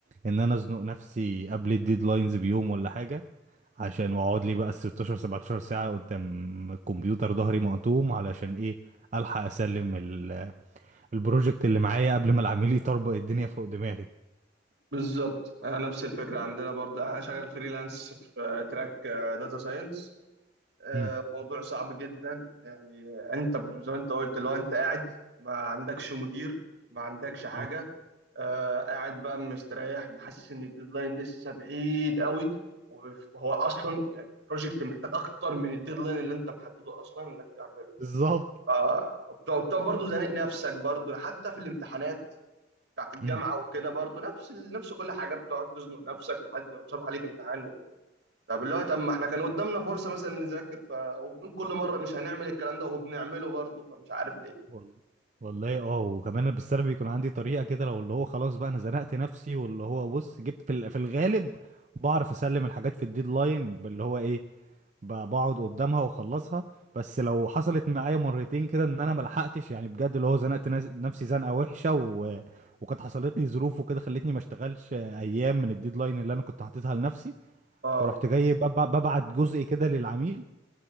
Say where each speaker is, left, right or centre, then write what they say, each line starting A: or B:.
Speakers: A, on the right; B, on the right.
A: ان انا ازنق نفسي قبل الديدلاينز بيوم ولا حاجة عشان واقعد لي بقى ال 16 17 ساعة قدام الكمبيوتر ظهري مقطوم علشان ايه الحق اسلم ال- البروجكت اللي معايا قبل ما العميل يطربق الدنيا فوق دماغي
B: بالظبط آه، نفس الفكرة عندنا برضه يعني أنا شغال فريلانس في آه، تراك آه، داتا ساينس آه،
A: مم.
B: موضوع صعب جدا يعني آه، أنت بت- زي ما أنت قلت لو أنت قاعد ما عندكش مدير ما عندكش حاجة
A: مم.
B: آه قاعد بقى مستريح محسس ان الديدلاين لسه بعيد قوي وهو اصلا يعني بروجكت محتاج اكتر من الديدلاين اللي انت محدده اصلا انك تعمله
A: بالظبط
B: آه وبتقعد وبتقعد برضه زانق نفسك برضه حتى في الامتحانات بتاعت الجامعه
A: مم.
B: وكده برضه نفس ال- نفس كل حاجه بتقعد تزنق نفسك لحد ما صبح عليك امتحان و... طب اللي هو طب ما احنا كان قدامنا فرصه مثلا نذاكر ف... وبنقول كل مره مش هنعمل الكلام ده وبنعمله برضه فمش عارف ليه
A: وال- والله اه وكمان بس انا بيكون عندي طريقة كده لو اللي هو خلاص بقى انا زنقت نفسي واللي هو بص جبت في ال- في الغالب بعرف اسلم الحاجات في الديدلاين باللي هو ايه ب- بقعد قدامها واخلصها بس لو حصلت معايا مرتين كده ان انا ملحقتش يعني بجد اللي هو زنقت ناس- نفسي زنقه وحشه و... وكانت حصلت لي ظروف وكده خلتني ما اشتغلش ايام من الديدلاين اللي انا كنت حاططها لنفسي
B: اه
A: فرحت جاي بب- ببعت جزء كده للعميل